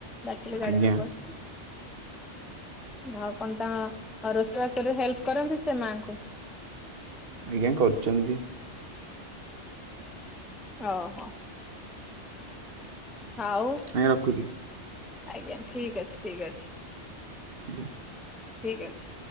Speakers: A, in the centre; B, on the right.
A: ଡାକିଲେ ଗାଡି
B: ଆଜ୍ଞା
A: ନମ୍ବର। ଆଉ କଣ ତା ରୋଷେଇବାସରେ ହେଲ୍ପ କରନ୍ତି ସେ ମାଆଙ୍କୁ?
B: ଆଜ୍ଞା କରୁଛନ୍ତି।
A: ଓହୋ। ଆଉ
B: ଆଜ୍ଞା ରଖୁଛି।
A: ଆଜ୍ଞା ଠିକ ଅଛି, ଠିକ ଅଛି।
B: ଆଜ୍ଞା।
A: ଠିକ୍ ଅଛି।